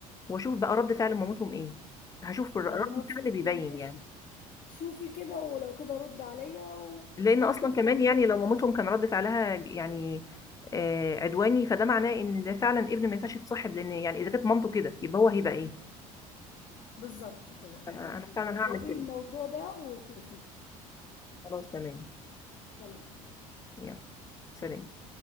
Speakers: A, on the left; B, on the left.
A: واشوف بقى رد فعل مامتهم ايه هشوف الر-
B: خلاص
A: رد الفعل بيبين
B: ماشي
A: يعني
B: شوفي كده ولو كده رد عليا و-
A: لان
B: ونشوف
A: اصلا كمان
B: حاجه
A: يعني
B: تاني
A: لو مامتهم كان رد فعلها يعني آه، عدواني فده معناه ان ده فعلا ابن ما ينفعش يتصاحب لان يعني اذا كانت مامته كده يبقى هو هيبقى ايه
B: بالظبط كده بالظبط
A: انا أنا
B: انت
A: فعلا
B: جربي
A: هعمل كده
B: الموضوع ده وشوفي
A: خلاص تمام
B: يلا سلام
A: يلا سلام